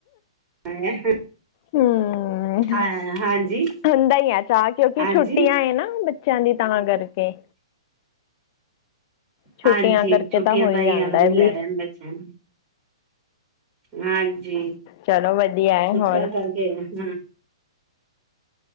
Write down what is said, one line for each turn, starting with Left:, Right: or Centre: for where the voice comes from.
Right: <inaudible>
Left: ਹੂੰ,
Right: ਹਾਂ ਹਾਂਜੀ
Left: ਹੁੰਦਾ ਹੀ ਆ ਚਾਅ ਕਿਉਂਕਿ
Right: ਹਾਂਜੀ
Left: ਛੁੱਟੀਆਂ ਨਾ ਚਿਆਂ ਦੀ ਤਾਂ ਕਰਕੇ। ਛੁੱਟੀਆਂ
Right: ਹਾਂਜੀ,
Left: ਕਰਕੇ
Right: ਛੁੱਟੀਆਂ
Left: ਤਾਂ ਹੋ
Right: ਦਾ ਹੀ
Left: ਜਾਂਦਾ
Right: ਆਨੰਦ
Left: ਹੈ
Right: ਲੈ
Left: ਵੀ
Right: ਰਹੇ ਨੇ ਬੱਚੇ। ਹਾਂਜੀ
Left: ਚਲੋ ਵਧੀਆ ਹੈ
Right: ਛੁੱਟੀਆਂ
Left: ਹੋਰ
Right: ਕਰਕੇ ਹਾਂ।